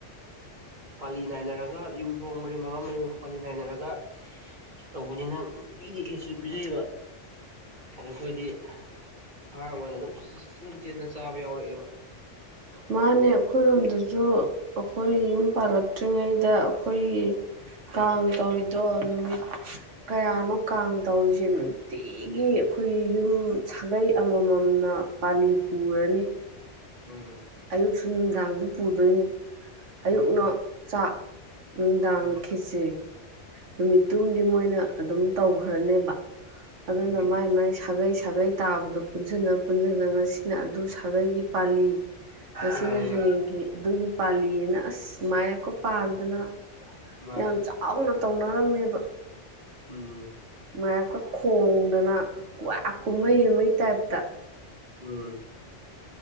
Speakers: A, on the right (about 40°); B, on the right (about 80°).
A: ꯄꯥꯂꯤ ꯅꯥꯏꯅꯔꯒ ꯌꯨꯝꯊꯣꯡ ꯃꯔꯤ ꯃꯉꯥ ꯃꯔꯤ ꯃꯉꯥ ꯄꯥꯂꯤ ꯅꯥꯏꯅꯔꯒ ꯇꯧꯕꯅꯤꯅ ꯅꯨꯡꯇꯤꯒꯤ ꯈꯦꯆ꯭ꯔꯤ ꯄꯤꯖꯩꯌꯦꯕ ꯑꯗ ꯑꯩꯈꯣꯏꯗꯤ ꯑꯉꯥꯡ ꯑꯣꯏꯅ ꯑꯗꯨꯝ ꯆꯦꯟ ꯆꯦꯟꯗꯅ ꯆꯥꯕ ꯌꯥꯎꯔꯛꯑꯦꯕ
B: ꯃꯥꯅꯦ ꯑꯩꯈꯣꯏꯔꯣꯝꯗꯁꯨ ꯑꯩꯈꯣꯏ ꯌꯨꯝ ꯄꯥꯜꯂꯛꯇ꯭ꯔꯤꯉꯩꯗ ꯑꯩꯈꯣꯏꯒꯤ ꯀꯥꯡ ꯇꯧꯔꯤꯗꯣ ꯅꯨꯃꯤꯠ ꯀꯌꯥꯅꯣ ꯀꯥꯡ ꯇꯧꯔꯤꯁꯦ ꯅꯨꯡꯇꯤ ꯅꯨꯡꯇꯤꯒꯤ ꯑꯩꯈꯣꯏ ꯌꯨꯝ ꯁꯥꯒꯩ ꯑꯃ ꯃꯝꯅ ꯄꯥꯂꯤ ꯄꯨꯔꯅꯤ
A: ꯎꯝ
B: ꯑꯌꯨꯛꯁꯨ ꯅꯨꯡꯗꯥꯡꯁꯨ ꯄꯨꯗꯣꯏꯅꯤ ꯑꯌꯨꯛꯅ
A: ꯎꯝ
B: ꯆꯥꯛ ꯅꯨꯡꯗꯥꯡꯅ
A: ꯎꯝ
B: ꯈꯦꯆ꯭ꯔꯤ ꯅꯨꯃꯤꯠꯇꯨꯝꯗꯤ ꯃꯣꯏꯅ ꯑꯗꯨꯝ ꯇꯧꯈ꯭ꯔꯅꯦꯕ ꯑꯗꯨꯅ
A: ꯎꯝ
B: ꯃꯥꯏ ꯃꯥꯏ ꯁꯥꯒꯩ ꯁꯥꯒꯩ ꯇꯥꯕꯗꯣ ꯄꯨꯟꯁꯤꯟꯅ ꯄꯨꯟꯁꯤꯟꯅ ꯁꯤꯅ ꯑꯗꯨ ꯁꯥꯒꯩꯒꯤ ꯄꯥꯜꯂꯤ ꯉꯁꯤꯅ
A: ꯎꯝ
B: ꯍꯌꯦꯡꯒꯤ ꯑꯗꯨꯒꯤ ꯄꯥꯜꯂꯤꯑꯅ ꯑꯁ ꯃꯥꯌꯦꯞꯀ ꯄꯥꯟꯗꯅ
A: ꯃꯥꯅꯦ
B: ꯌꯥꯝ ꯆꯥꯎꯅ ꯇꯧꯅꯔꯝꯃꯦꯕ
A: ꯎꯝ
B: ꯃꯥꯌꯦꯞꯀ ꯈꯣꯡꯗꯅ ꯀꯨꯋꯥ ꯀꯨꯝꯍꯩ ꯑꯃꯩ ꯇꯥꯏꯞꯇ
A: ꯎꯝ